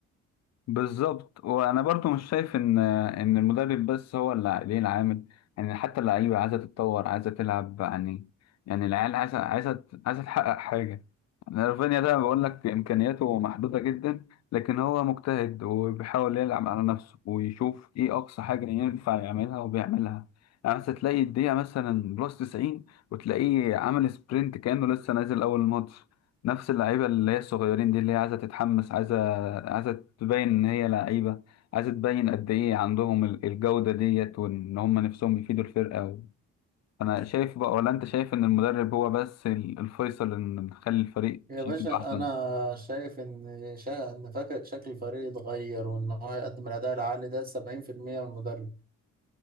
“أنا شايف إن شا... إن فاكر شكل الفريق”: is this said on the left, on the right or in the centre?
Right